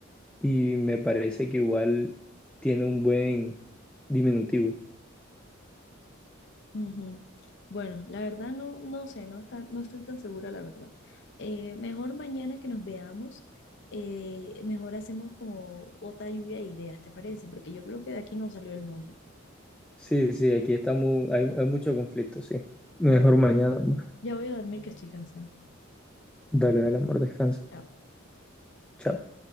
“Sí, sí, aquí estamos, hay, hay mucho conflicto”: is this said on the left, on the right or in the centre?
Centre